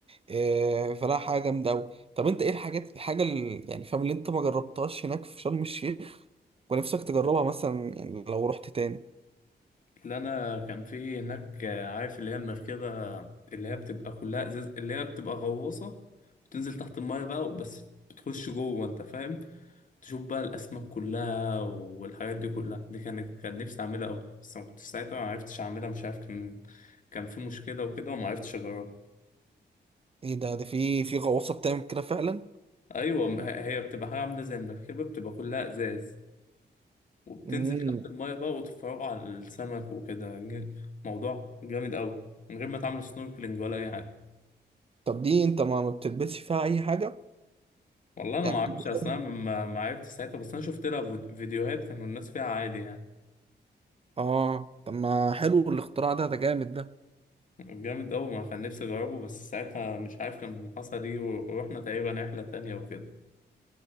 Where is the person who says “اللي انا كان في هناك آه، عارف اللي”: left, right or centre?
Left